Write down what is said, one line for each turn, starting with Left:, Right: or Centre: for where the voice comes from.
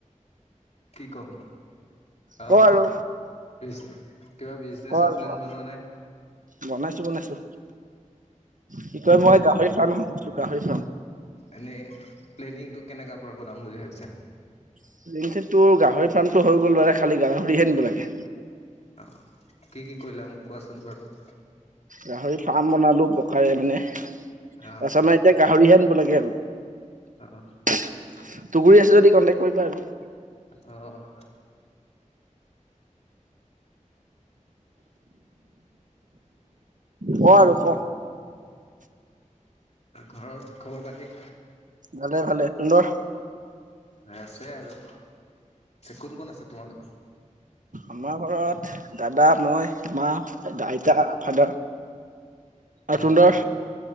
Left: কি কম? অ',
Right: ক আৰু
Left: কিবা বিজনেচৰ
Right: ক আৰু
Left: প্লেন
Right: ক
Left: বনোৱা নাই?
Right: বনাইছো বনাইছো। কি কয় মই গাহৰি ফাৰ্ম এখনো খুলিছো গাহৰি ফাৰ্ম।
Left: এনেই প্লেনিংটো কেনেকা পৰা বনাম বুলি ভাবছা?
Right: <unintelligible> গাহৰি ফাৰ্মটো হৈ গ'লে খালি গাহৰি হে আনিব লাগে।
Left: অ', কি কি কৰিলা মোক কোৱাচোন বাৰু।
Right: গাহৰি ফাৰ্ম বনালো পকাৰে মানে। তাৰপিছত
Left: অ
Right: এতিয়া গাহৰিহে আনিব লাগে আৰু।
Left: অহ।
Right: তুুকুৰী আছে যদি কন্টেক কৰিবা আকৌ।
Left: অ'।
Right: ক আৰু ক।
Left: ঘৰত খবৰ পাতি?
Right: ভালে ভালে সুন্দৰ।
Left: আছে আৰু, কোন কোন আছে তোমালোকৰ?
Right: আমাৰ ঘৰত দাদা, মই, মা, আইতা, ফাদাৰ। আৰু
Left: অহ।
Right: তুন্দৰ